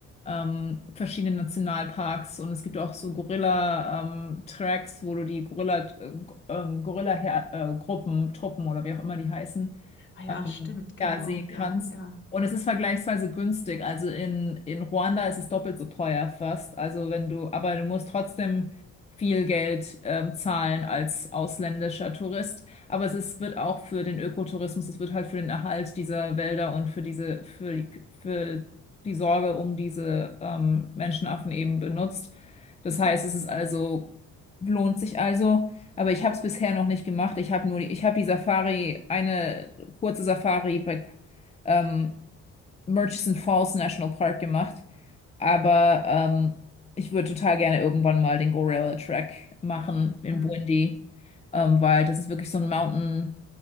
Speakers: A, on the left; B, on the left.
A: ähm, verschiedenen Nationalparks und es gibt auch so Gorilla-Tracks, wo du die Gorilla, äh, ähm, Gorilla-Gruppen, Truppen oder wie auch immer die heißen
B: ah ja,
A: ähm,
B: stimmt, genau,
A: ja, sehen kannst.
B: ja, ja.
A: Und es ist vergleichsweise günstig. Also in, in Ruanda ist es doppelt so teuer fast. Also wenn du, aber du musst trotzdem viel Geld ähm, zahlen als ausländischer Tourist. Aber es ist, wird auch für den Ökotourismus, es wird halt für den Erhalt dieser Wälder und für diese, für die, für die Sorge um diese ähm, Menschenaffen eben benutzt. Das
B: Mm,
A: heißt, es ist also, lohnt sich also, aber ich habe es bisher noch nicht gemacht. Ich habe nur die, ich habe die Safari, eine kurze Safari bei ähm, Murchison Falls National Park gemacht, aber ähm, ich würde total gerne irgendwann mal den Gorilla Track machen in
B: mm,
A: Burundi, ähm, weil das ist wirklich so ein Mountain